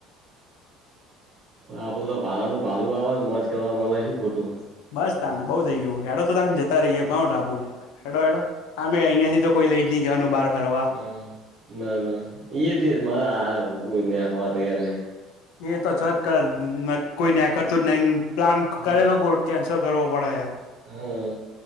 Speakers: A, on the right; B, on the left.
A: આપડે તો ભાડા નું ભાડું આવે મોજ કરવા મલે શું ખોટું.
B: બસ તાને બઉ થઈ ગયું હેડો તો તા જ ત્યારે માઉન્ટ આબુ હેડો હેડો આમે અહિયા થી તો કોઈ લઈ જ નઈ જવાનું બહાર ફરવા.
A: હમ્મ, ના ના ઈ જ મા આ મા આ કોઈ નયા આવા તૈયાર નહી.
B: એ તો છ જ કર ન કોઈ ન્યા કરતું જ નહી પ્લાન
A: હમ
B: કરેલો કો કેન્સલ કરવો પડે હે.
A: હા